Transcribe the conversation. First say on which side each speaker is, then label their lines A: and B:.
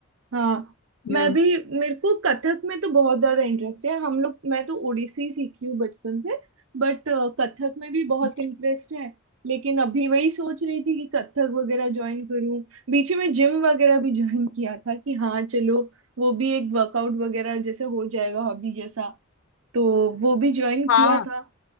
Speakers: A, on the right; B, on the left.
A: हाँ मैं
B: हम्म
A: भी मेरे को कथक में तो बहुत ज्यादा इंटरेस्ट है हम लोग मैं तो ओडिसी सीखी हूँ बचपन से बट कथक में भी बहुत
B: अच्छा
A: इंटरेस्ट है लेकिन अभी वही सोच रही थी कि कथक वगैरह ज्वाइन करूँ बीच में जिम वगैरह भी ज्वाइन किया था कि हाँ चलो वो भी एक वर्कआउट वगैरह जैसे हो जाएगा हॉबी जैसा तो वो भी ज्वाइन
B: हाँ
A: किया था